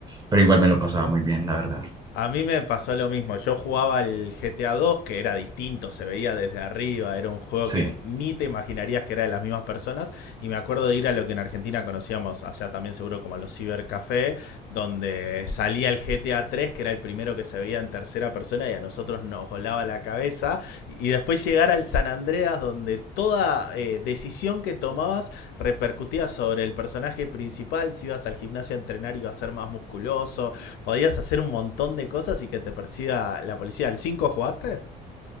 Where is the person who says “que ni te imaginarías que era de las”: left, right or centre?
Left